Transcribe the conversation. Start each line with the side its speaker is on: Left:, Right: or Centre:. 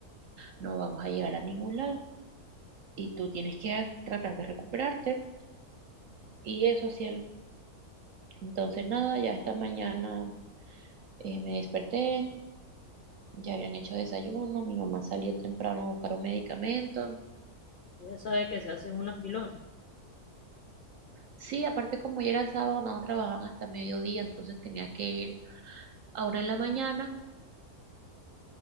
Right: no vamos a llegar a ningún lado y tú tienes que ah, tratar de recuperarte. Y eso, cielo. Entonces, nada, ya esta mañana eh, me desperté, ya habían hecho desayuno, mi mamá salió temprano a buscar un medicamento.
Left: Ella sabe que se hacen una filona.
Right: Sí, aparte como ya era sábado, no trabajaban hasta mediodía, entonces tenía que ir ahora en la mañana.